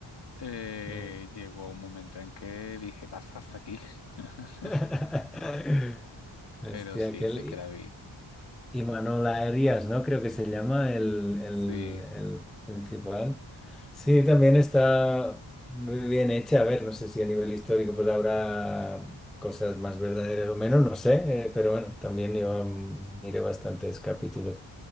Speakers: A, on the left; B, in the centre.
A: eh,
B: Mm.
A: llegó un momento en que dije, basta hasta aquí. <laughs>
B: <laughs> Este,
A: Pero sí,
B: aquel
A: sé que
B: I-
A: la vi.
B: Imanol Arias, ¿no? Creo que se llama el, el,
A: Sí.
B: el principal. Sí, también está muy bien hecha. A ver, no sé si a nivel histórico pues habrá cosas más verdaderas o menos, no sé, eh, pero bueno, también yo mm, miré bastantes capítulos.